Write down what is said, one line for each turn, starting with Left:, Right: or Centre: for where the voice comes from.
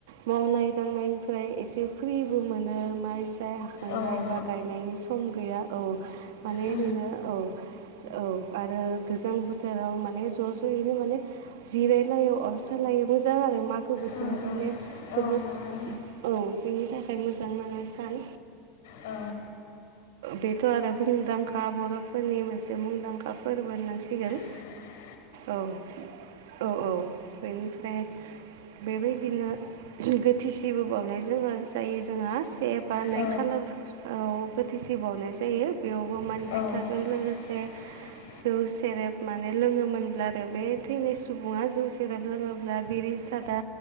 Right: मावनाय दांनायनिफ्राय एसे फ्रिबो मोनो माइ हाखांनाय
Left: ओं
Right: बा गायनायनि सम गैया औ माने
Left: ओं
Right: ओरैनो औ औ आरो गोजां बोथोराव माने ज'-ज' यैनो माने जिरायलायो अर सायलायो मोजां आरो मागो बोथोर'
Left: ओं
Right: माने
Left: औ
Right: जोबोद
Left: नंगौ
Right: औ जोंनि थाखाय मोजां नाङा सान
Left: औ।
Right: बेथ' आरो मुंदांखा बर'फोरनि मोनसे मुंदांखा फोरबो होननांसिगोन।
Left: <unintelligible> <inaudible>
Right: औ-औ-औ बेनिफ्राय बेबायदिनो गोथैसिबो बावनाय जोङो जायो जोंहा। से एबा
Left: औ
Right: नै खालार औ गोथैसि बावनाय जायो बेयावबो माने
Left: ओम
Right: फिथाजों लोगोसे
Left: <unintelligible> <inaudible>
Right: जौ सेरेब माने लोङोमोनब्ला आरो बे थैनाय सुबुङा जौ सेरेब लोङोब्ला बिरि सादा